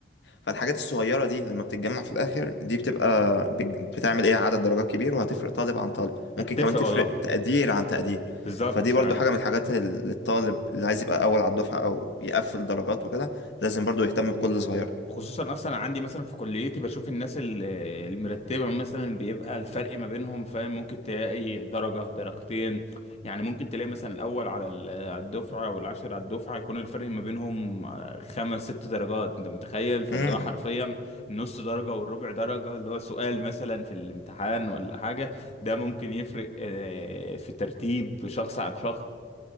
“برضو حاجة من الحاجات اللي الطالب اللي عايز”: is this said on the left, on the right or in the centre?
Left